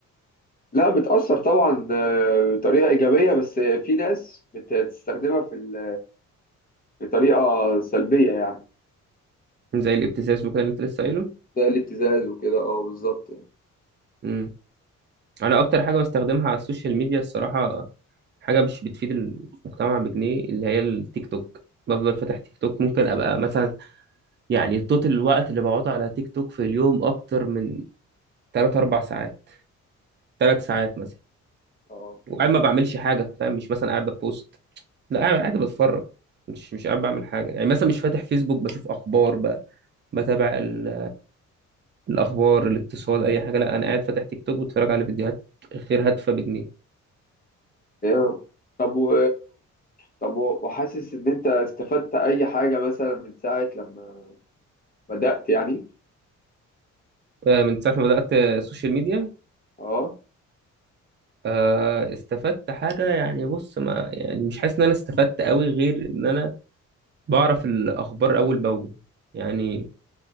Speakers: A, on the left; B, on the right.
A: لا بتأثر طبعا آه، بطريقة إيجابية بس في ناس بتستخدمها في ال... بطريقة سلبية يعني
B: زي الابتزاز وكده اللي انت لسه قايله
A: ده الابتزاز وكده اه بالظبط يعني
B: امم انا اكتر حاجه بستخدمها على السوشيال ميديا الصراحه حاجه مش بتفيد المجتمع بجنيه اللي هي التيك توك بفضل فاتح تيك توك ممكن ابقى مثلا يعني توتال الوقت اللي بقعده على تيك توك في اليوم اكتر من 3 4 ساعات 3 ساعات مثلا
A: اه
B: وقاعد ما بعملش حاجه فاهم مش مثلا قاعد ببوست لا قاعد قاعد بتفرج مش مش قاعد بعمل حاجه يعني مثلا مش فاتح فيسبوك بشوف اخبار ب... بتابع ال... الاخبار الاقتصاد اي حاجه لا انا قاعد فاتح تيك توك بتفرج على فيديوهات غير هادفه بجنيه
A: ايوه طب و... طب و... وحاسس ان انت استفدت اي حاجه مثلا من ساعه لما بدات يعني
B: آه، من ساعه ما بدات السوشيال ميديا
A: اه
B: آه، استفدت حاجة يعني بص ما يعني مش حاسس ان انا استفدت قوي غير ان انا بعرف الاخبار اول باول يعني